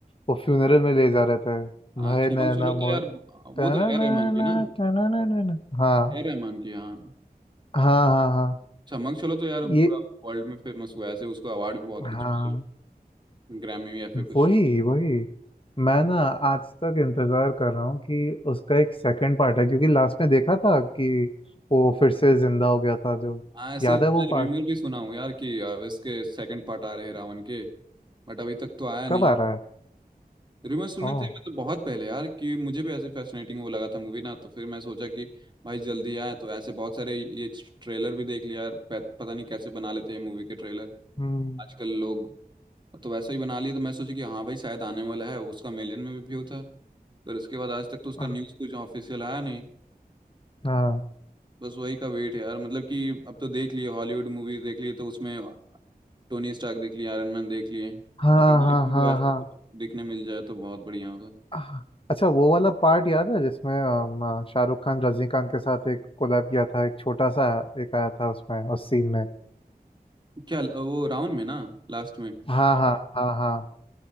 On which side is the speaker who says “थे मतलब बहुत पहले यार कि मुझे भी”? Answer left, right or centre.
Right